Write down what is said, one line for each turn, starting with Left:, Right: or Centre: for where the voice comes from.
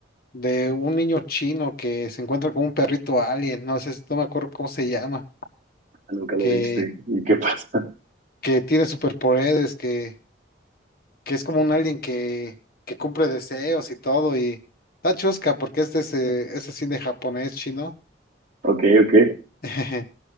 Left: de un niño chino que se encuentra con un perrito alien, no sé, no me acuerdo cómo se llama,
Right: nunca la
Left: que,
Right: viste. ¿Y qué pasa? <laughs>
Left: que tiene superpoderes, que, que es como un alien que, que cumple deseos y todo, y está chusca porque este es, de ese es cine japonés chino.
Right: Ok, ok.
Left: <laughs>